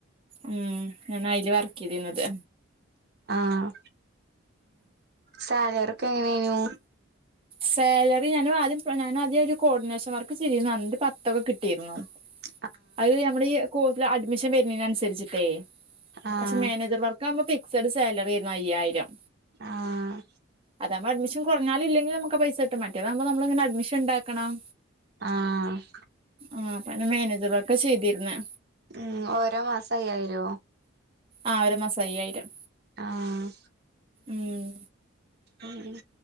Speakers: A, on the right; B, on the right.
A: ഉം ഞാന് അയില് വർക്ക്യ്തിന്നത്
B: ആഹ് സാലറിക്കെ എങ്ങനെയേനു
A: സാലറി ഞാനും ആദ്യം ഞാന് ആദ്യ ഒരു കോർഡിനേഷൻ വർക്ക് ചെയ്തിന്നു അന്നൊരു പത്തൊക്കെ കിട്ടിരുന്നു
B: <inaudible>
A: അത് നമ്മടെ ഈ കോഴ്സിൽ അഡ്മിഷൻ വരുന്നേന് അനുസരിച്ചിട്ടേ
B: ആഹ്
A: പക്ഷെ മാനേജർ വർ ക്കാവുമ്പം ഫിക്സഡ് സാലറ്യേര്ന്നു അയ്യായ്രം
B: ആഹ്
A: അതാമ്പോ അഡ്മിഷൻ കൊറഞ്ഞാല് ഇല്ലങ്കിലും നമുക്ക് പൈസ കിട്ടും മാറ്റേതാകുമ്പോ നമ്മളിങ്ങനെ അഡ്മിഷണ്ടാക്കണം
B: ആഹ്
A: ആഹ് പ്പാന്റെ മാനേജെറൊക്കെ ചെയ്തിര്ന്ന്
B: ഉം ഓരോ മാസ അയ്യായിരോ
A: ആഹ് ഒരോ മാസം അയ്യായിരം
B: ആഹ്
A: ഉം
B: ഉം ഉം